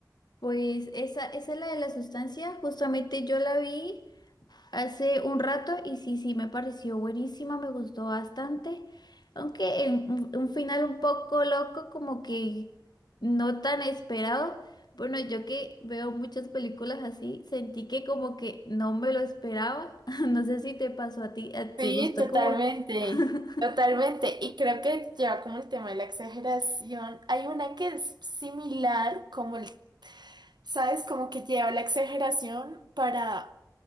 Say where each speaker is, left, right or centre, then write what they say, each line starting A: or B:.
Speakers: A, on the left; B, on the right.
A: Pues esa, esa es la de la sustancia. Justamente yo la vi hace un rato y sí, sí, me pareció buenísima, me gustó bastante, aunque en un, un final un poco loco, como que no tan esperado. Bueno, yo que veo muchas películas así, sentí que como que no me lo esperaba. <laughs> No sé si te pasó a ti, ¿a- ¿te
B: Sí,
A: gustó
B: totalmente,
A: como... <laughs>
B: totalmente. Y creo que lleva como el tema de la exageración. Hay una que es similar, como el, ¿sabes? Como que lleva la exageración para